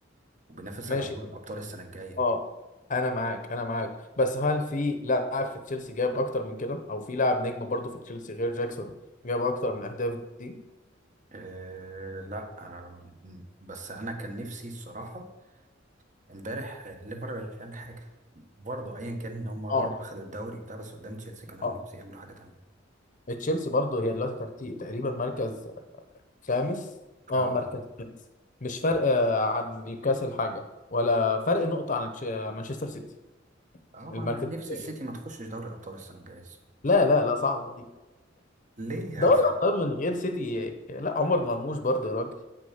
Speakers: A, on the right (about 40°); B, on the left (about 40°).
A: وبينافس
B: ماشي
A: على دوري الابطال السنه الجايه
B: اه انا معاك انا معاك بس هل في لاعب في تشيلسي جاب اكتر من كده او في لاعب نجم برضه في تشيلسي غير جاكسون جاب اكتر من الاهداف دي
A: أه لا آه، بس انا كان نفسي الصراحه امبارح ليفر مش عامل حاجه برضه ايا كان ان هم
B: اه
A: برضه اخدوا الدوري بتاع بس قدام تشيلسي كان أنا
B: اه
A: نفسي يعملوا حاجه تانية
B: تشيلسي برضه هي دلوقتي ترتيب تقريبا مركز خامس اه
A: اه
B: مركز خامس مش فرق آه، عن نيوكاسل حاجة ولا فرق نقطة عن تش- مانشستر سيتي
A: اه مع
B: المركز
A: نفسي
B: الثالث
A: السيتي ما تخشش دوري الابطال السنه الجايه الصراحة.
B: لا لا لا صعبة دي
A: ليه يا
B: دوري
A: عم
B: أبطال من غير سيتي لا عمر مرموش برضه يا راجل